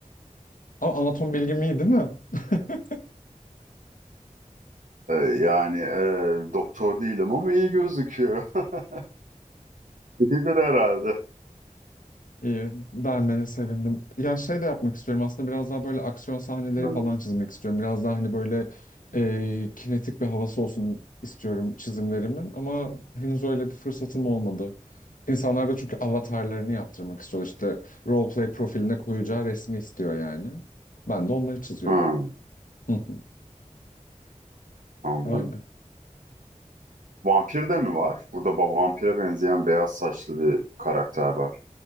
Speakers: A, on the left; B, on the right.
A: Ama anatom bilgim iyi değil mi? <laughs>
B: E, yani e, doktor değilim ama iyi gözüküyor. <laughs> İyidir herhalde.
A: İyi, beğenmene sevindim. Ya şey de yapmak istiyorum aslında biraz daha böyle aksiyon sahneleri
B: Yani,
A: falan çizmek istiyorum. Biraz daha hani böyle e, kinetik bir havası olsun istiyorum çizimlerimin. Ama henüz öyle bir fırsatım olmadı. İnsanlar da çünkü avatarlarını yaptırmak istiyor. İşte roleplay profiline koyacağı resmi istiyor yani. Ben de onları çiziyorum.
B: hmm,
A: Hı hı,
B: anladım.
A: Öyle.
B: Vampir de mi var? Burada ba- vampire benzeyen beyaz saçlı bir karakter var.